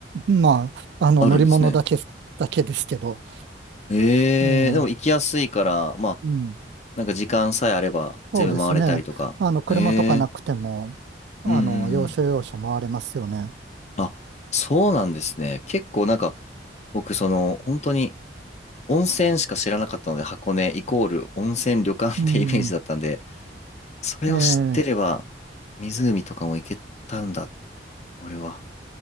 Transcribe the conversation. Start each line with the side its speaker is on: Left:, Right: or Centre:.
Right: まあ、あの、
Left: あるんですね。
Right: 乗り物だけ、だけですけど、
Left: えー、
Right: ええ、
Left: でも行きやすいから、まあ、
Right: うん、
Left: なんか時間さえあれば全部回れたりとか。
Right: そうですね。あの、車とかなくても、
Left: えー、
Right: あの、
Left: うんうんうん。
Right: 要所要所回れますよね。
Left: あ、そうなんですね。結構なんか、僕その、本当に温泉しか知らなかったので、箱根イコール温泉旅館ってイメージだったんで、
Right: うん、
Left: それを知ってれば、
Right: ええ、
Left: 湖とかも行けたんだ、俺は。